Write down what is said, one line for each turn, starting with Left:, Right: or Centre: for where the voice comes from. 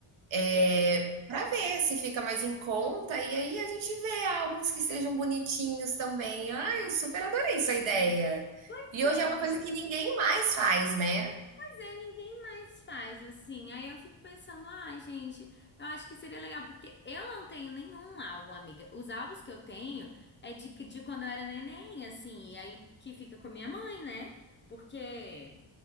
Right: É,
Left: É.
Right: para ver se fica mais em conta, e aí a gente vê álbuns que sejam bonitinhos também. Ah, eu super adorei sua ideia.
Left: Pois
Right: E hoje
Left: é,
Right: é uma
Left: amiga.
Right: coisa que ninguém mais faz, né?
Left: é, ninguém mais faz assim. Aí eu fico pensando, ah, gente, eu acho que seria legal, porque eu não tenho nenhum álbum, amiga. Os álbuns que eu tenho é de, que- de quando eu era neném, assim, e aí que fica com a minha mãe, né? Porque,